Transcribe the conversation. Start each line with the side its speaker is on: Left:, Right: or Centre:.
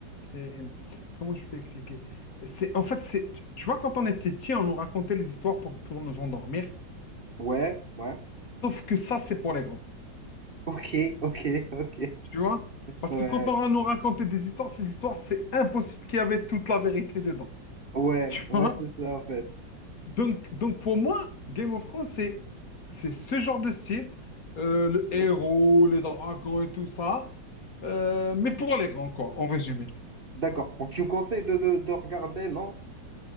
Left: c'est- comment je peux expliquer? C'est, en fait, c'est, tu vois, quand on était petit, on nous racontait les histoires pour, pour nous endormir,
Right: Ouais, ouais.
Left: sauf que ça, c'est pour les grands,
Right: Ok, ok, <laughs> ok.
Left: tu vois? Parce
Right: Ouais,
Left: que quand on va nous raconter des histoires, ces histoires, c'est impossible qu'il y avait toute la vérité dedans,
Right: ouais,
Left: <laughs> tu
Right: ouais,
Left: vois?
Right: c'est ça, en fait.
Left: Donc, donc pour moi, Game of Thrones, c'est c'est ce genre de style, euh, le
Right: Ok.
Left: héros, les dragons et tout ça, euh, mais pour les grands, quoi, en résumé.
Right: D'accord. Donc, tu me conseilles de, de, de regarder, non?